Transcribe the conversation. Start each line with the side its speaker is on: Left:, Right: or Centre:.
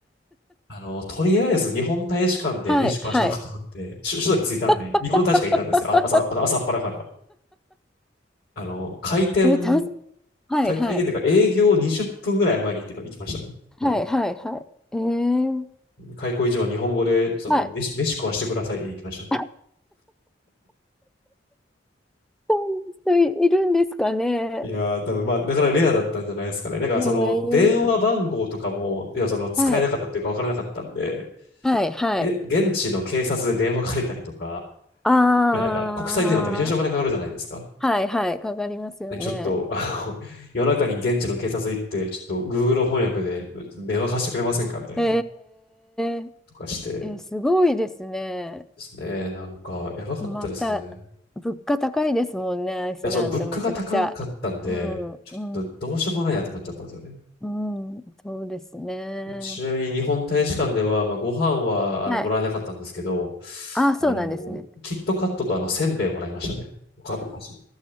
Left: あの、とりあえず日本大使館で飯食わしてもらおうと思って、
Centre: はい、はい。
Left: 首都に着いたんで、
Centre: <laughs>
Left: 日本の大使館行ったんですよ。あ朝、あ朝っぱらから。あの、開店、
Centre: え、たす、はい、
Left: 開開店っていうか営業20分ぐらい前に行って行きましたね。
Centre: はい。はい、
Left: も
Centre: はい、はい。えー、
Left: う、開口一番日本語で、その、
Centre: はい。
Left: 飯、飯食わしてくださいに行きましたね。
Centre: <laughs> あ、そんな人い、いるんですかね。
Left: いやー、多分まあ、なかなかレアだったんじゃないですかね。だから、
Centre: えー、
Left: その、電話番号とかも、いや、その、使えなかったっていうか、
Centre: はい、
Left: 分からなかったんで、
Centre: はい、はい。
Left: げ現地の警察で電話借りたりとか、
Centre: あー、
Left: いや、なんか、国際電話ってめちゃめちゃお金かかるじゃないですか。
Centre: はい、はい。かかりますよね。
Left: ねちょっと、あの、<laughs> 夜中に現地の警察行って、ちょっと、Google 翻訳で電話貸してくれませんかみたいな、
Centre: えー、
Left: とかしてで
Centre: え、すごいですね。
Left: すね。なんか、やばかったですね。
Centre: また、
Left: い
Centre: 物価高いですもんね、アイスランドめちゃくちゃ。
Left: や、その、物価が高かったんで、
Centre: うん、
Left: ちょっと、
Centre: うん、
Left: どうしようもないなと思っちゃったんですよね。
Centre: うん、そうですね。
Left: ちなみに日本大使館では、まあ、ご飯はあのもらえなかったんですけど、
Centre: はい。ああ、そうなんですね。
Left: あの、キットカットとあの、せんべいもらいましたね。おか、お菓子。